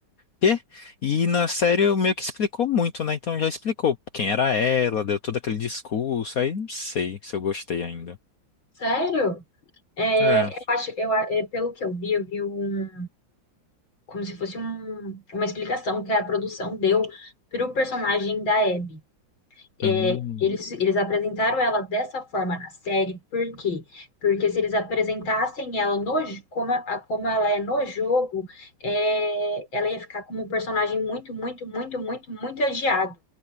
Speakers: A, on the left; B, on the left.
A: quê? E na série eu meio que explicou muito, né? Então já explicou quem era ela, deu todo aquele discurso, aí não sei se eu gostei ainda.
B: Sério? É,
A: É.
B: eu acho, eu, a- é, pelo que eu vi, eu vi um. como se fosse um- uma explicação que a produção deu para o personagem da Abby.
A: Hum,
B: É, eles, eles apresentaram ela dessa forma na série, por quê? Porque se eles apresentassem ela no, j- como, a- como ela é no jogo, é, ela ia ficar como um personagem muito, muito, muito, muito, muito odiado.